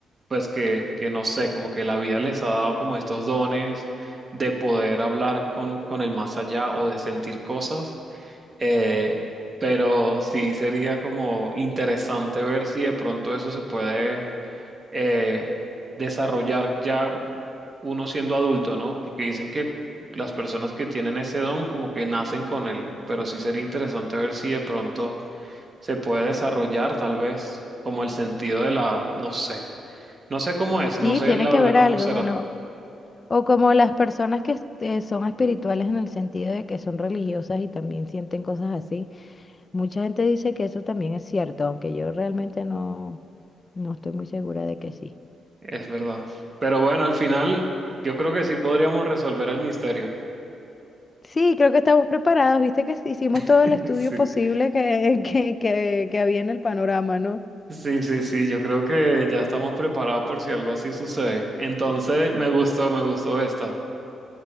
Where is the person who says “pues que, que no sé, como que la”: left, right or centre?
Right